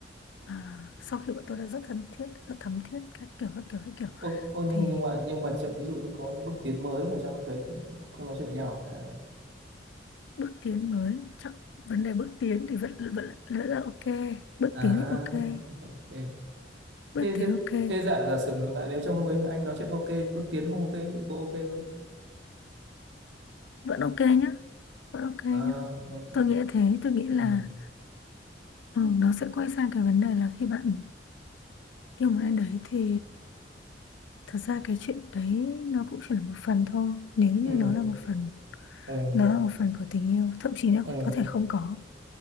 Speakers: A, on the left; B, on the right.
A: à, sau khi bọn tôi đã rất thân thiết rất thấm thiết các kiểu các kiểu các kiểu
B: ô, ô nhưng
A: thì
B: nhưng mà nhưng mà chuyện ví dụ như có những bước tiến mới mà trong cái cũng không nói chuyện với nhau à? hay là
A: bước tiến mới chắc vấn đề bước tiến thì vẫn vẫn vẫn là ok bước
B: à
A: tiến thì ok
B: ok ok
A: bước
B: thế
A: tiến
B: thế
A: ok
B: thế giả giả sử ngược lại nếu trong lúc ấy mà anh nói chuyện ok bước tiến không ok thì có ok không
A: vẫn ok nhá vẫn ok nhá
B: à ok
A: tôi nghĩ thế tôi nghĩ là
B: ừ
A: Ừ, nó sẽ quay sang cái vấn đề là khi bạn yêu một ai đấy thì thật ra cái chuyện đấy nó cũng chỉ là một phần thôi nếu như
B: ừ
A: nó là một phần
B: ừ
A: nó là một phần của tình yêu thậm chí nó
B: ừ
A: có thể không có